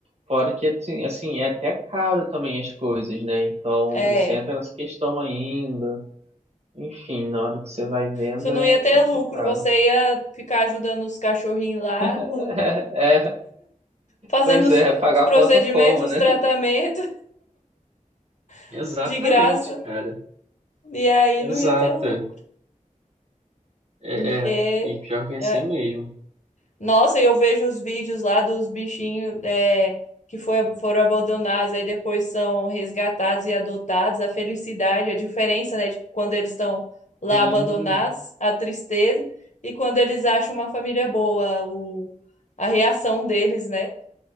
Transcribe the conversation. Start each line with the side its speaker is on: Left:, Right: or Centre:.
Right: Fora que assim, assim, é até caro também as coisas, né? Então
Left: É.
Right: você entra nessa questão ainda. Enfim, na hora que você vai vendo
Left: Você não
Right: é
Left: ia ter
Right: complicado.
Left: lucro, você ia ficar ajudando os cachorrinhos lá,
Right: <laughs>
Left: com-
Right: É, é,
Left: fazendo
Right: pois
Left: os,
Right: é, pagar
Left: os procedimentos,
Right: a conta como, né?
Left: os tratamentos <laughs>
Right: Exatamente,
Left: de graça,
Right: cara.
Left: e aí
Right: Exato.
Left: não ia ter o lucro,
Right: É,
Left: porque.
Right: é, e pior que é
Left: é,
Right: assim mesmo.
Left: Nossa, e eu vejo os vídeos lá dos bichinhos é, que foi, foram abandonados, aí depois são resgatados e adotados. A felicidade, a diferença, né? de quando eles estão lá
Right: Tem.
Left: abandonados, a tristeza, e quando eles acham uma família boa, o, a reação deles, né?